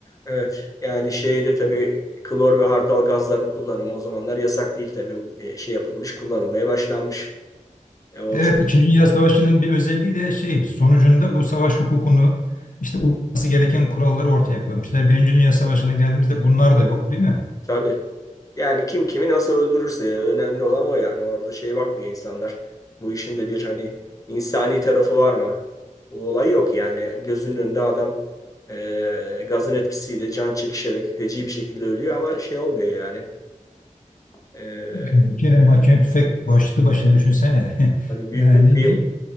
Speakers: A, on the left; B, on the left.
A: evet yani şeyde tabii klor ve hardal gazlarının kullanımı o zamanlar yasak değil tabii E, şey yapılmış, kullanılmaya başlanmış. E, o
B: Evet,
A: çok
B: İkinci Dünya Savaşı'nın bir özelliği de şey, sonucunda bu savaş hukukunu işte uyması gereken kuralları ortaya koymuşlar. Birinci Dünya Savaşı'na geldiğimizde bunlar da yok, değil mi?
A: tabii. Yani kim kimi nasıl öldürürse önemli olan o yani. Orada şeye bakmıyor insanlar. Bu işin de bir hani insani tarafı var mı? Bu olay yok yani. Gözünün önünde adam e, gazın etkisiyle can çekişerek feci bir şekilde ölüyor ama şey olmuyor yani. E,
B: Yani bir kere mahkeme tüfek başlı başına düşünsene. <laughs>
A: hani büyük
B: Yani
A: bir
B: ne
A: kıyım.
B: diyeyim,